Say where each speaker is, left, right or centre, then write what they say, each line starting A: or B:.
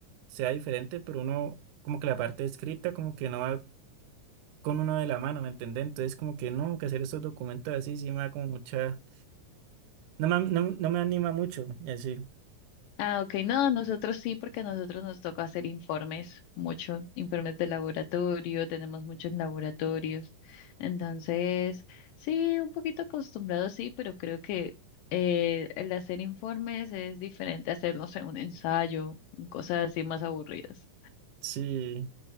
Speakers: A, on the right; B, on the left.
A: sea diferente, pero uno, como que la parte escrita, como que no va con uno de la mano, ¿me entiendes? Entonces, como que no, que hacer estos documentos así, sí me da como mucha, no me, no, no me anima mucho, y así,
B: Ah, ok, no, nosotros sí, porque a nosotros nos toca hacer informes, muchos informes de laboratorio, tenemos muchos laboratorios, entonces sí, un poquito acostumbrado sí, pero creo que eh, el hacer informes es diferente a hacer, no sé, un ensayo, cosas así más aburridas.
A: sí,